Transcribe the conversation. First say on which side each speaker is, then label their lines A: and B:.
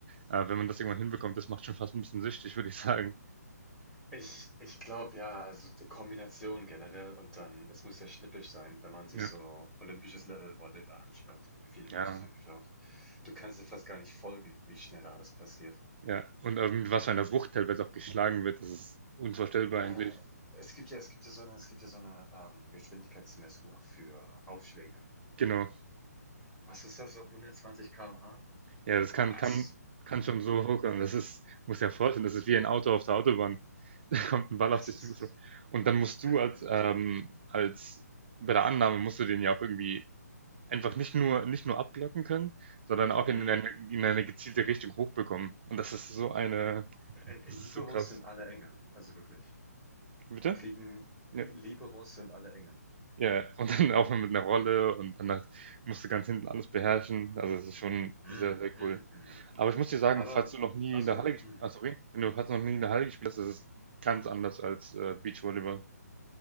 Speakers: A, on the right; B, in the centre.
A: äh, wenn man das irgendwann hinbekommt. Das macht schon fast ein bisschen süchtig, würde ich sagen.
B: Ich, ich glaube ja, also die Kombination generell und dann, es muss ja schnippisch sein, wenn man sich
A: Ja,
B: so olympisches Level Volleyball anschaut, habe mir viele Matches
A: ja,
B: angeschaut. Du kannst dir fast gar nicht folgen, wie schnell da alles passiert.
A: ja. Und ähm, mit was für einer Wucht teilweise auch geschlagen wird, das ist unvorstellbar
B: Äh,
A: eigentlich.
B: es gibt ja, es gibt ja so eine, es gibt ja so eine ähm, Geschwindigkeitsmessuhr für Aufschläge.
A: Genau.
B: Was ist das so 120
A: Ja,
B: km/h?
A: das kann
B: Was?
A: kann kann schon so hochkommen. Das ist muss ja vorstellen, das ist wie ein Auto auf der Autobahn. <laughs> Da kommt ein Ball
B: Das
A: auf dich
B: ist
A: zugeflogen. Und dann musst du
B: komplett
A: als,
B: gestört.
A: ähm als bei der Annahme musst du den ja auch irgendwie einfach nicht nur nicht nur abblocken können, sondern auch in
B: Mhm.
A: eine in eine gezielte Richtung hochbekommen. Und das ist so eine
B: Äh,
A: das
B: Liberos
A: ist so krass.
B: sind alle Engel, also wirklich.
A: Bitte?
B: Kriegen
A: Ja,
B: Liberos sind alle Engel.
A: ja. ja. Und dann <laughs> auch mit einer Rolle und dann halt musst du ganz hinten alles beherrschen. Also, es ist schon
B: Mhm,
A: sehr, sehr
B: mhm,
A: cool.
B: mhm.
A: Aber ich muss dir sagen,
B: Aber,
A: falls du noch nie
B: also
A: in der
B: ja,
A: Halle gespielt
B: mhm.
A: hast, sorry, wenn du falls du noch nie in der Halle gespielt hast, ist es ganz anders als äh, Beachvolleyball.